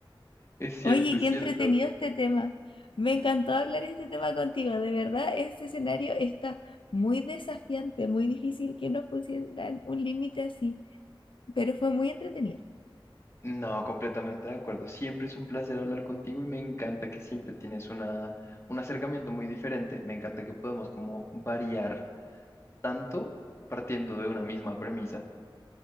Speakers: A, on the left; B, on the left.
A: es cierto,
B: Oye,
A: es
B: qué
A: cierto.
B: entretenido este tema. Me encantó hablar este tema contigo. De verdad, este escenario está muy desafiante, muy difícil que nos pusieran un límite así, pero fue muy entretenido.
A: No, completamente de acuerdo. Siempre es un placer hablar contigo y me encanta que siempre tienes una, un acercamiento muy diferente. Me encanta que podemos como variar tanto partiendo de una misma premisa.